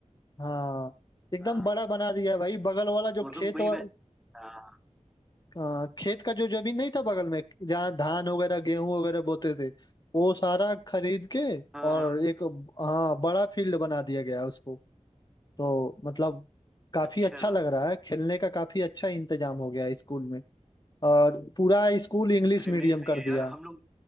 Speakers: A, on the left (about 35°); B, in the centre.
A: हाँ एकदम
B: हाँ,
A: बड़ा बना दिया है भाई बगल वाला जो
B: मतलब
A: खेत
B: वही
A: वा,
B: मैं हाँ
A: आ, खेत का जो जमीन नहीं था बगल में जहाँ धान वगैरह गेहूं वगैरह बोते थे वो सारा खरीद के
B: हाँ
A: और
B: हाँ,
A: एक हाँ बड़ा फील्ड बना दिया गया है उसको तो मतलब काफी
B: अच्छा
A: अच्छा लग रहा है खेलने का काफी अच्छा इंतजाम हो गया है स्कूल में और पूरा स्कूल इंग्लिश
B: अरे
A: मीडियम
B: नहीं सही
A: कर
B: है यार
A: दिया
B: हम लोग